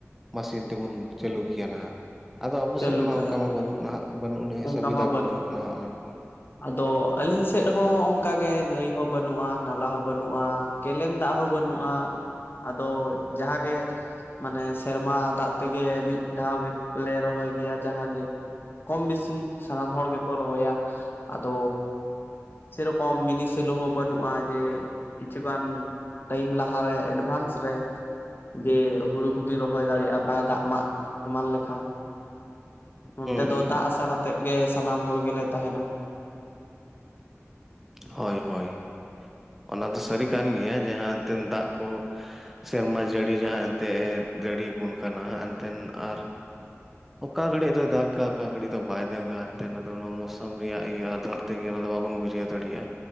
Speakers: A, in the centre; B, on the left.
A: ᱢᱮᱥᱤᱱ ᱛᱮᱵᱚᱱ ᱪᱟᱹᱞᱩ ᱠᱮᱭᱟ ᱱᱟᱦᱟᱜ ᱟᱫᱚ ᱟᱵᱚ
B: ᱪᱟᱹᱞᱩ
A: ᱥᱮᱫ ᱢᱟ
B: ᱠᱟᱜᱼᱟ
A: ᱚᱱᱠᱟ ᱢᱟ ᱵᱟᱹᱱᱩᱜ ᱱᱟᱦᱟᱜ ᱵᱟᱹᱱᱩᱜ ᱟᱹᱱᱤᱡ
B: ᱚᱱᱠᱟ
A: ᱥᱩᱵᱤᱫᱷᱟ
B: ᱢᱟ
A: ᱠᱚ ᱵᱟᱹᱱᱩᱜᱼᱟ ᱱᱟᱦᱟᱜ ᱢᱟ
B: ᱟᱫᱚ ᱟᱹᱞᱤᱧ ᱥᱮᱫ ᱦᱚ ᱚᱱᱠᱟᱜᱮ ᱱᱟᱹᱭ ᱦᱚ ᱵᱟᱹᱱᱩᱜᱼᱟ ᱱᱟᱞᱟ ᱦᱚ ᱵᱟᱹᱱᱩᱜᱼᱟ ᱠᱮᱞᱮᱱ ᱫᱟᱜ ᱦᱚᱸ ᱵᱟᱹᱱᱩᱜᱼᱟ ᱟᱫᱚ ᱡᱟᱦᱟᱸᱜᱮ ᱢᱟᱱᱮ ᱥᱮᱨᱢᱟ ᱫᱟᱜ ᱛᱮᱜᱮ ᱢᱤᱫ ᱫᱷᱟᱣ ᱜᱮᱞᱮ ᱨᱚ ᱨᱚᱦᱚᱭ ᱜᱮᱭᱟ ᱡᱟᱦᱟᱸ ᱜᱮ ᱠᱚᱢ ᱵᱮᱥᱤ ᱥᱟᱱᱟᱢ ᱦᱚᱲ ᱜᱮᱠᱚ ᱨᱚᱦᱚᱭᱟ ᱟᱫᱚ ᱚᱠ ᱢᱤᱱᱤᱥ <unintelligible> ᱥᱮᱞᱚ ᱦᱚᱸ ᱵᱟᱹᱱᱩᱜᱼᱟ ᱡᱮ ᱠᱤᱪᱷᱩᱜᱟᱱ ᱴᱟᱭᱤᱢ ᱞᱟᱦᱟᱨᱮ ᱮᱰᱵᱷᱟᱱᱥ ᱨᱮ ᱡᱮ ᱦᱩᱲᱩ ᱠᱚᱵᱤᱱ ᱨᱚᱦᱚᱭ ᱫᱟᱲᱮᱭᱟᱜᱼᱟ ᱵᱟᱭ ᱫᱟᱜ ᱢᱟᱜ ᱮᱢᱟᱱ ᱞᱮᱠᱷᱟᱱ ᱱᱚᱱᱛᱮ
A: ᱦᱩᱸ
B: ᱫᱚ ᱫᱟᱜ ᱟᱥᱟ ᱠᱟᱛᱮᱜ ᱜᱮ ᱥᱟᱱᱟᱢ ᱦᱚᱲ ᱜᱮᱞᱮ ᱛᱟᱦᱮᱱᱟ
A: ᱦᱚᱭ ᱦᱚᱭ ᱚᱱᱟ ᱫᱚ ᱥᱟᱹᱨᱤ ᱠᱟᱱ ᱜᱮᱭᱟ ᱡᱟᱦᱟᱸ ᱮᱱᱛᱮᱫ ᱫᱟᱜ ᱠᱚ ᱥᱮᱨᱢᱟ ᱡᱟᱹᱲᱤ ᱡᱟᱦᱟᱸ ᱮᱱᱛᱮ ᱡᱟᱹᱲᱤᱭᱟ ᱟᱵᱚᱱ ᱠᱟᱱᱟ ᱮᱱᱛᱮᱫ ᱟᱨ
B: <inaudible>
A: ᱚᱠᱟ ᱜᱷᱟᱹᱲᱤ ᱫᱚᱭ ᱫᱟᱜᱟ ᱚᱠᱟ ᱜᱷᱟᱹᱲᱤ ᱫᱚ ᱵᱟᱭ ᱫᱟᱜᱟ ᱮᱱᱛᱮ ᱱᱚᱣᱟ ᱢᱚᱥᱚᱢ ᱨᱮᱭᱟᱜ ᱤᱭᱟᱹ ᱟᱫᱷᱟᱨ ᱛᱮᱜᱮ ᱚᱱᱟ ᱫᱚ ᱵᱟᱵᱚᱱ ᱵᱩᱡᱷᱟᱹᱣ ᱮ <unintelligible> ᱫᱟᱲᱮᱭᱟ